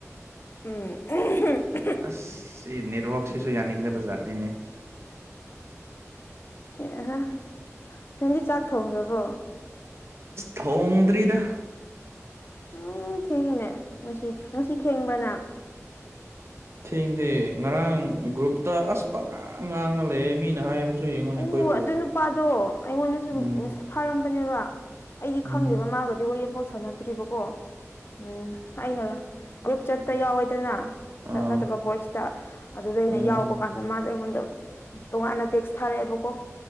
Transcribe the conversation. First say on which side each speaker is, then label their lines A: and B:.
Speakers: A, on the left; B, on the right.
A: ꯎꯝ <unintelligible>
B: ꯑꯁ ꯁꯤ ꯅꯦꯠꯋꯥꯛꯁꯤꯁꯨ ꯌꯥꯅꯤꯡꯗꯕꯖꯥꯠꯅꯤꯅꯦ
A: ꯑꯦ ꯅꯪꯗꯤ ꯆꯥꯛ ꯊꯣꯡꯈ꯭ꯔꯕꯣ
B: ꯊꯣꯡꯗ꯭ꯔꯤꯗ
A: ꯎꯝ ꯊꯦꯡꯉꯤꯅꯦ ꯅꯨꯡꯁꯤꯠ ꯅꯨꯡꯁꯤꯠ ꯊꯦꯡꯕ꯭ꯔꯅ
B: ꯊꯦꯡꯗꯦ ꯉꯔꯥꯡ ꯒ꯭ꯔꯨꯞꯇ ꯑꯁ ꯄꯪꯉꯥꯡ ꯉꯥꯡꯉꯥ ꯂꯩꯌꯦ ꯃꯤꯅ ꯍꯥꯏꯔꯁꯨ ꯌꯦꯡꯉꯣꯅꯦ
A: ꯎ
B: ꯑꯩꯈꯣꯏꯕꯨ
A: ꯑꯗꯨ ꯅꯨꯄꯥꯗꯣ ꯑꯩꯉꯣꯟꯗ ꯁꯨꯝ
B: ꯎꯝ
A: ꯊꯥꯔꯝꯕꯅꯦꯕ ꯑꯩꯗꯤ
B: ꯎꯝ
A: ꯈꯪꯗꯦꯕ ꯃꯥꯒꯗꯤ ꯋꯥꯔꯤ ꯑꯃꯐꯥꯎ ꯁꯥꯟꯅꯗ꯭ꯔꯤꯕꯀꯣ ꯎꯝ ꯑꯩꯅ ꯒ꯭ꯔꯨꯞ ꯆꯠꯇ ꯌꯥꯎꯋꯦꯗꯅ
B: ꯑꯥ
A: ꯆꯠꯅꯗꯕ ꯚꯣꯏꯁꯇ ꯑꯗꯨꯗ ꯑꯩꯅ
B: ꯑꯥ
A: ꯌꯥꯎꯕ ꯀꯥꯟꯗ ꯃꯥ꯫ ꯑꯩꯉꯣꯟꯗ ꯇꯣꯉꯥꯟꯅ ꯇꯦꯛꯁ ꯊꯥꯔꯛꯑꯦꯕꯀꯣ